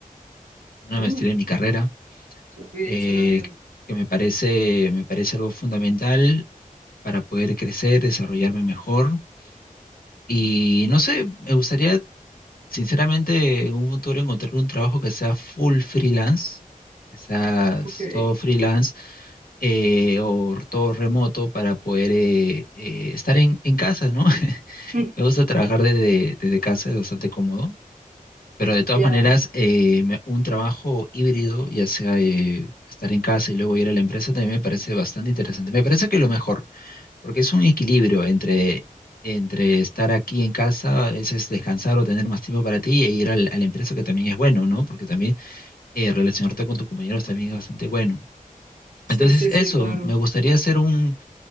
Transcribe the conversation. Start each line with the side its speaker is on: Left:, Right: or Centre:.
Left: una
Right: Mm,
Left: maestría en mi carrera,
Right: suena bien,
Left: eh,
Right: suena bien.
Left: que me parece, me parece algo fundamental para poder crecer, desarrollarme mejor Y no sé, me gustaría, sinceramente, en un futuro encontrar un trabajo que sea full freelance, que sea
Right: Ok.
Left: todo freelance eh, o todo remoto para poder eh, eh, estar en, en casa, ¿no? <laughs>
Right: Mm,
Left: Me gusta trabajar desde, desde casa, es bastante cómodo. Pero de todas
Right: ya.
Left: maneras, eh, me- un trabajo híbrido, ya sea eh, estar en casa y luego ir a la empresa, también me parece bastante interesante. Me parece que lo mejor. Porque es un equilibrio entre, entre estar aquí en casa, ese es descansar o tener más tiempo para ti, e ir al- a la empresa, que también es bueno, ¿no? Porque también eh, relacionarte con tus compañeros también es bastante bueno.
Right: Sí,
Left: Entonces,
Right: sí,
Left: eso,
Right: sí, claro.
Left: me gustaría ser un,